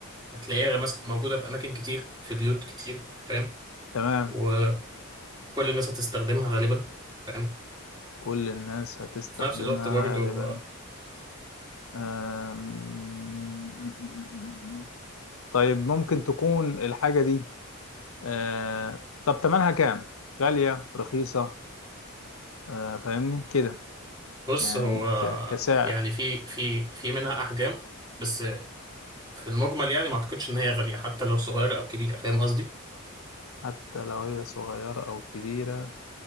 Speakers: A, on the right (about 20°); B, on the left (about 75°).
A: هتلاقيها مثلا موجودة في أماكن كتير في بيوت كتير فاهم
B: تمام
A: وكل الناس هتستخدمها غالبا فاهم
B: كل الناس هتستخدمها
A: في نفس الوقت برضو
B: غالبا
A: آه،
B: آم، طيب ممكن تكون الحاجة دي آه طب تمنها كام؟ غالية رخيصة آه فاهمني كده
A: بص
B: يعني
A: هو آه،
B: ك- كسعر
A: يعني في في في منها أحجام بس في المجمل يعني ما أعتقدش إن هي غالية حتى لو صغيرة أو كبيرة فاهم قصدي
B: حتى لو هي صغيرة أو كبيرة